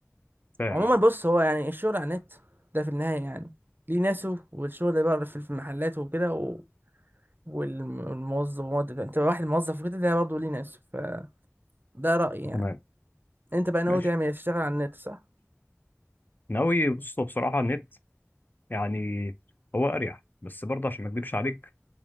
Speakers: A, on the left; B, on the right.
A: فاهم
B: عموما
A: اهو
B: بص هو يعني الشغل على النت ده في النهايه يعني ليه ناسه والشغل اللي بره في في المحلات وكده و... والموظف انت واحد موظف وكده ده برضه ليه ناسه فده رأيي يعني
A: تمام
B: انت بقى ناوي
A: ماشي
B: تعمل إيه؟ تشتغل على النت صح
A: ناوي بص بصراحه النت يعني هو اريح بس برضه عشان ما اكدبش عليك